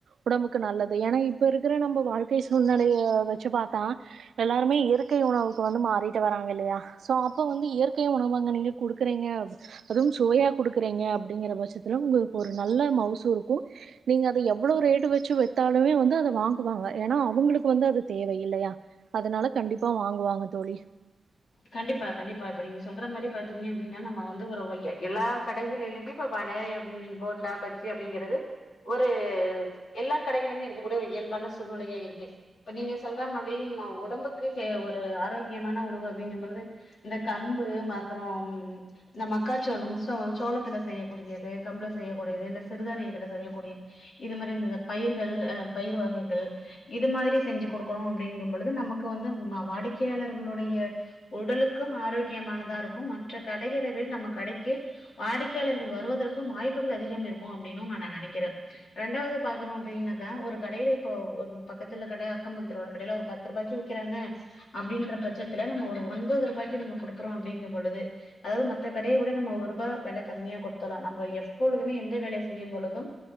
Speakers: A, on the right; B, on the left.
A: உடம்புக்கு நல்லது எனா இப்ப இருக்குற நம்ப வாழ்க்கை சூழ்நெலைய வெச்சு பாத்தா எல்லாருமே இயற்கை உணவுக்கு வந்து மாறிட்டு வராங்க இல்லயா சோ அப்ப வந்து இயற்கை உணவங்க நீங்க குடுக்கறீங்க அதும் சுவையா குடுக்குறீங்க அப்பிடிங்கிற பட்சத்துல உங்குளுக்கு ஒரு நல்ல மவுசு இருக்கு நீங்க அத எவ்ளவு ரேட்டு வெச்சு வித்தாலுமே வந்து அத வாங்குவாங்க எனா அவுங்களுக்கு வந்து அது தேவ இல்லையா அதனால கண்டிப்பா வாங்குவாங்க தோழி
B: கண்டிப்பா கண்டிப்பா இப்ப நீங்க சொல்ற மாரி பாத்தீங்க அப்டின்னா நம்ம வந்து ஒரு ஒய்ய எல்லா கடைங்களிலெ யுமே இப்ப வன எவலி போண்டா பஜ்ஜி அப்பிடிங்கெறது ஒரு எல்லாக் கடைகளில்மே இருக்கக்கூடிய ஒரு இயல்பான சூழ்நிலையா இருக்கு இப்ப நீங்க சொல்ற மாதிரி நா ஒடம்புக்கு ஒரு ஆரோக்கியமான உணவு அப்பிடிங்கம்பொழுது இந்த கம்பு மத்தறொம் இந்த மக்காச்சோளம் சோ சோளத்துல செய்யக்கூடியது கம்புள செய்யக்கூடியது இல்ல சிறுதானியத்துல செய்யக்கூடிய இது மாரி இந்த த பயிர்கள் அ பயிரு வகைகள் இது மாதிரி செஞ்சு குடுக்குறோ அப்பிடிங்கும்பொழுது நமக்கு வந்து அந் வாடிக்கையாளர்களுடைய உடலுக்கும் ஆரோக்கியமானதா இருக்கும் மற்ற கடைகெளவிட நம்ம கடக்கி வாடிக்கையாளர்கள் வருவதற்கும் வாய்ப்புகள் அதிகம் இருக்கு அப்பிடின்னு நா நா நனக்கிற ரெண்டாவது பாக்குறோ அப்டின்னக்கா ஒரு கடையில இப்ப ஒரு பக்கத்துல கட அக்கம் பக்கத்துல உள்ள கடையில ஒரு பத் துருபாயக்கி விக்கிறாங்க அப்டின்ற பட்சத்துல நம்ம ஒரு ஒன்பது ருபாய்க்கு நம்ம குடுக்குறோ அப்டிங்கும் பொழுது அதாது மத்த கடைய விட நம்ம ஒருபா வெல கம்மியா குடுத்தலா நம்ம எப்பொழுதுமே எந்த வேலைய செய்யும் பொழுதும்